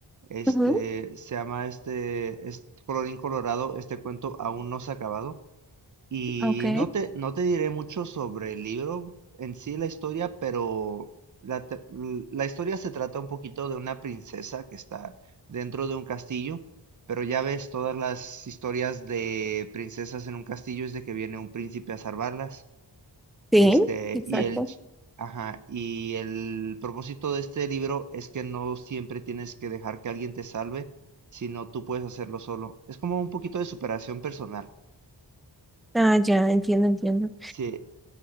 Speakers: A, on the right (about 45°); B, in the centre.
A: Este,
B: ujú,
A: se llama este, es Colorín Colorado, este cuento aún no se ha acabado. Y
B: Ok,
A: no te, no te diré mucho sobre el libro en sí, la historia, pero la, te- l- la historia se trata un poquito de una princesa que está dentro de un castillo, pero ya ves, todas las historias de princesas en un castillo es de que viene un príncipe a salvarlas.
B: Sí.
A: Este,
B: exacto.
A: y el, ch- ajá, y el propósito de este libro es que no siempre tienes que dejar que alguien te salve, sino tú puedes hacerlo solo. Es como un poquito de superación personal.
B: Ah, ya, entiendo, entiendo.
A: Sí,